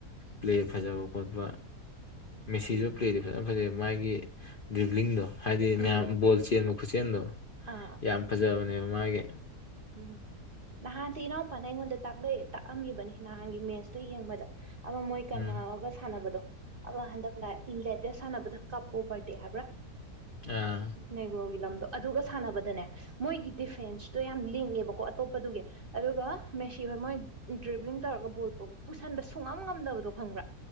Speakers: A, on the left (about 45°); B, on the right (about 45°).
A: ꯄ꯭ꯂꯦ ꯐꯖꯕ ꯈꯣꯠꯄ ꯃꯦꯁꯤꯁꯨ
B: ꯎꯝ
A: ꯄ꯭ꯂꯦꯗꯤ ꯐꯖꯅ ꯐꯖꯩ ꯃꯥꯒꯤ ꯗ꯭ꯔꯤꯕꯂꯤꯡꯗꯣ ꯍꯥꯏꯗꯤ ꯃꯌꯥꯝ
B: ꯎꯝ
A: ꯕꯣꯜ ꯆꯦꯟꯕ ꯈꯨꯆꯦꯟꯗꯣ
B: ꯑꯥ
A: ꯌꯥꯝ ꯐꯖꯕꯅꯦꯕ ꯃꯥꯒꯤ
B: ꯎꯝ ꯅꯍꯥꯟ ꯇꯤꯔꯣ ꯄꯅꯦꯗ ꯇꯥꯛꯑꯝꯕꯅꯤ ꯅꯍꯥꯟꯒꯤ ꯃꯦꯠꯁꯇꯨ ꯌꯦꯡꯕꯗ ꯑꯃ ꯃꯣꯏ ꯀꯟꯅꯔꯒ
A: ꯎꯝ
B: ꯁꯥꯟꯅꯕꯗꯣ ꯑ ꯍꯟꯗꯛ ꯂꯦꯇꯦꯁ ꯁꯥꯟꯅꯕꯗ ꯀꯥꯞꯄꯣ ꯕꯔꯗꯦ ꯍꯥꯏꯕ꯭ꯔꯥ
A: ꯑꯥ
B: ꯅꯦꯒ꯭ꯔꯣꯒꯤ ꯂꯝꯗꯣ ꯑꯗꯨꯒ ꯁꯥꯟꯅꯕꯗꯅꯦ ꯃꯣꯏꯒꯤ ꯗꯤꯐꯦꯟꯁꯇꯣ ꯌꯥꯝ ꯌꯥꯝ ꯂꯤꯡꯉꯦꯕꯀꯣ ꯑꯇꯣꯞꯄꯗꯨꯒꯤ ꯑꯗꯨꯒ ꯃꯦꯁꯤ ꯍꯣꯏ ꯃꯣꯏ ꯗ꯭ꯕ꯭ꯂꯤꯡ ꯇꯧꯔꯒ ꯕꯣꯜ ꯄꯄ ꯄꯨꯁꯟꯕ ꯁꯨꯡꯉꯝ ꯉꯝꯗꯕꯗꯣ ꯈꯪꯕ꯭ꯔꯥ